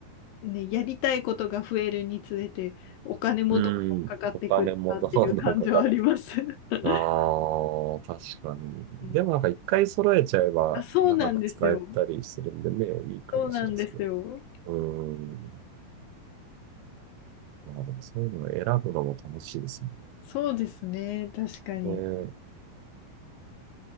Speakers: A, on the left (about 75°); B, on the right (about 85°).
A: ね、やりたいことが増えるにつれて、お金もどんどんかかってくるなっていう感じはあります。
B: うん。お金もどんどんかかって。
A: <laughs>
B: ああ、確かに。
A: うん
B: でもなんか一回揃えちゃえば長く使えたりするんでね、
A: あ、そうなんですよ。
B: いいかもしれないですけど。
A: そうなんですよ。
B: うん。まあでもそういうの選ぶのも楽しいですね。
A: そうですね。確かに。
B: ねえ、